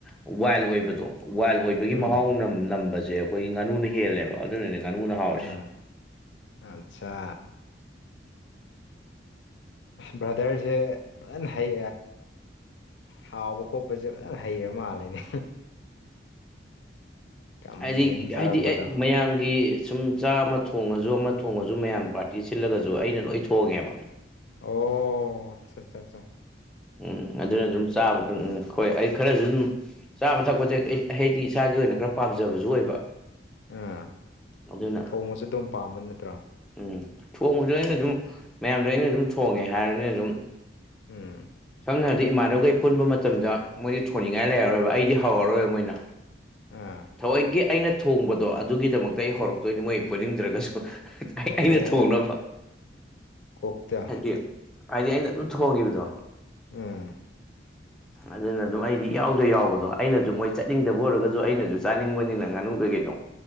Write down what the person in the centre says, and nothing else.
ꯋꯥꯏꯜ ꯑꯣꯏꯕꯗꯣ ꯋꯥꯏꯜ ꯑꯣꯏ ꯗꯒꯤ
ꯃꯍꯥꯎ ꯅꯝ-ꯅꯝꯕꯖꯦ ꯑꯈꯣꯏꯒꯤ ꯉꯥꯅꯨꯅ ꯍꯦꯜꯂꯦꯕ ꯑꯗꯨꯅꯅꯦ ꯉꯥꯅꯨꯅ ꯍꯥꯎꯔꯤꯁꯦ
ꯑꯥꯏꯗꯤꯛ
ꯍꯥꯏꯗꯤ ꯑꯦꯛ ꯃꯌꯥꯝꯒꯤ ꯁꯨꯝ ꯆꯥꯛ ꯑꯃ ꯊꯣꯡꯉꯖꯨ ꯑꯃ ꯊꯣꯡꯉꯖꯨ ꯃꯌꯥꯝ ꯄꯥꯔꯇꯤ ꯁꯤꯜꯂꯒꯖꯨ ꯑꯩꯅ ꯂꯣꯏ ꯊꯣꯡꯉꯦꯕ
ꯎꯝ ꯑꯗꯨꯅ ꯑꯗꯨꯝ ꯆꯥꯕꯗꯨꯝ ꯎꯝ ꯍꯣꯏ ꯑꯩ ꯈꯔꯁꯨ ꯑꯗꯨꯝ ꯆꯥꯕ ꯊꯛꯄꯁꯦ ꯍꯥꯏꯗꯤ ꯏꯁꯥꯒꯤ ꯑꯣꯏꯅ ꯈꯔ ꯄꯥꯝꯖꯕꯁꯨ ꯑꯣꯏꯕ
ꯑꯗꯨꯅ
ꯎꯝ ꯊꯣꯡꯕꯗꯨꯖꯨ ꯑꯩꯅ ꯑꯗꯨꯝ ꯃꯌꯥꯝꯗ ꯑꯩꯅ ꯑꯗꯨꯝ ꯊꯣꯡꯉꯦ ꯍꯥꯏꯔꯕꯅꯤꯅ ꯑꯗꯨꯝ
ꯁꯝꯅ ꯍꯥꯏꯔꯗꯤ ꯏꯃꯥꯟꯅꯕꯒꯩ ꯄꯨꯟꯕ ꯃꯇꯝꯗ ꯃꯣꯏꯗꯤ ꯊꯣꯡꯅꯤꯡꯉꯥꯏ ꯂꯩꯔꯔꯣꯏꯕ ꯑꯩꯗꯤ ꯍꯧꯔꯔꯣꯏꯕ ꯃꯣꯏꯅ
ꯊꯑꯣꯏꯒꯤ ꯑꯩꯅ ꯊꯣꯡꯕꯗꯣ ꯑꯗꯨꯒꯤꯗꯃꯛꯇ ꯑꯩ ꯍꯧꯔꯛꯇꯣꯏꯅꯤ ꯃꯣꯏ ꯄꯨꯅꯤꯡꯗ꯭ꯔꯒꯁꯨ
ꯑꯩꯅ ꯊꯣꯡꯅꯕ
ꯍꯥꯏꯗꯤ ꯍꯥꯏꯗꯤ ꯑꯩꯅ ꯑꯗꯨꯝ ꯊꯣꯡꯈꯤꯕꯗꯣ
ꯑꯗꯨꯅ ꯑꯗꯨꯝ ꯑꯩꯗꯤ ꯏꯌꯥꯎꯗ ꯌꯥꯎꯕꯗꯣ ꯑꯩꯅꯖꯨ ꯃꯣꯏ ꯆꯠꯅꯤꯡꯗꯕ ꯑꯣꯏꯔꯒꯖꯨ ꯑꯩꯅꯖꯨ ꯆꯥꯅꯤꯡꯕꯅꯤꯅ ꯉꯥꯅꯨ ꯀꯩꯀꯩꯗꯣ